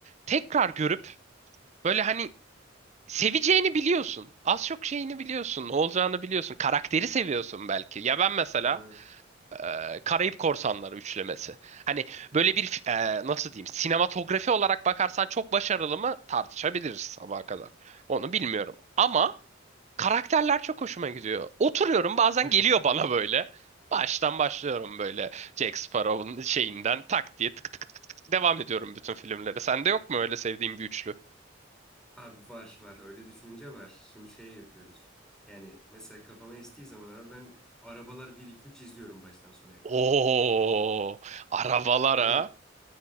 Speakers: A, on the right; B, in the centre.
A: tekrar görüp böyle hani seveceğini biliyorsun. Az çok şeyini biliyorsun, ne olacağını biliyorsun. Karakteri seviyorsun belki. Ya ben mesela
B: Ha.
A: e, Karayip Korsanları üçlemesi. Hani böyle bir e, nasıl diyeyim sinematografi olarak bakarsan çok başarılı mı tartışabiliriz sabaha kadar. Onu bilmiyorum. Ama karakterler çok hoşuma gidiyor. Oturuyorum bazen
B: <laughs>
A: geliyor bana böyle. Baştan başlıyorum böyle Jack Sparrow'un şeyinden tak diye tık tık tık tık tık devam ediyorum bütün filmlere. Sende yok mu öyle sevdiğin bir üçlü?
B: Abi var var öyle düşününce var. Şimdi şey yapıyoruz. Yani mesela kafama estiği zaman abi ben arabalar bir iki üç izliyorum baştan sona hep.
A: Oo, arabalara.
B: Abi